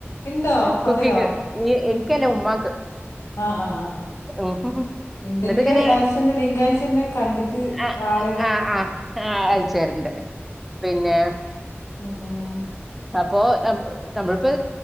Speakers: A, on the left (about 85°); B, in the centre.
A: ഇണ്ടോ
B: കുക്കിങ്
A: അതെയോ
B: ഇ എനിക്കല്ല ഉമ്മാക്ക്
A: ആഹ് ആഹ് ആഹ് ആഹ്
B: ഉം
A: ഇൻ ഇണ്ടെങ്കില്
B: എന്നിട്ട് ഇങ്ങനെ
A: അയച്ചന്ന് ലിങ്ക് അയച്ചന്ന് കണ്ടിട്ട്
B: ആഹ്
A: ഞാളെയെല്ലം
B: ആഹ് ആഹ് ആഹ് അയച്ചേരണ്ട് പിന്നെ
A: ഉമ് ഉമ്
B: അപ്പോ നമ്മളിപ്പോ